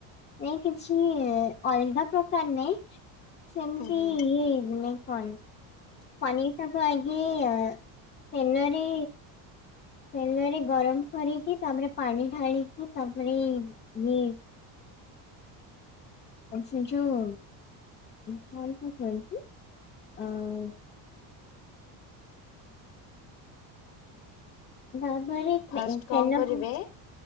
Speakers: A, on the left; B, on the left.
A: ନାଇଁ କିଛି ଅଲଗା ପ୍ରକାର ନାଇଁ। ସେମିତି
B: ହୁଁ ହୁଁ
A: ଇଏ <unintelligible> ପନିର ଟାକୁୁ ଆଗେ ତେଲ ରେ ତେଲରେ ଗରମ କରିକି ତାପରେ ପାଣି ଢାଳିକି ତାପରେ ଇଏ <unintelligible> <unintelligible> <unintelligible>
B: ଫାଷ୍ଟ କଣ କରିବେ
A: ହଁ